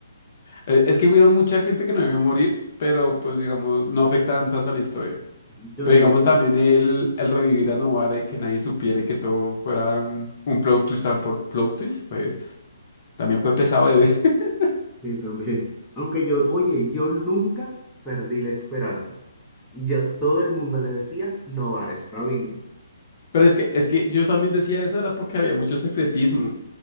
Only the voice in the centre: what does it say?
<laughs> yo
digo
que
Sí, también. Aunque yo, oye, yo nunca perdí la esperanza. Ya todo el mundo le decía, Novara está viva.